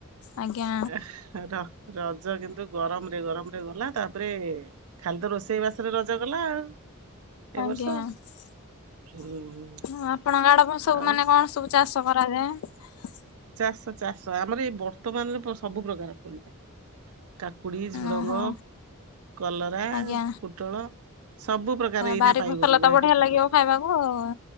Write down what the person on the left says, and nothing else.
ଆଜ୍ଞା।
ଆଜ୍ଞା
ହଁ
ଆପଣଙ୍କ ଆ ଡେ ଆପଣ ସବୁ
ମାନେ କଁ ସବୁ ଚାଷ କରାଯାଏ।
ଓହୋ
ଆଜ୍ଞା
ବାରି
ଫସଲ ତ ବଢିଆ
ଲାଗିବ ଖାଇବାକୁ ଆଉ।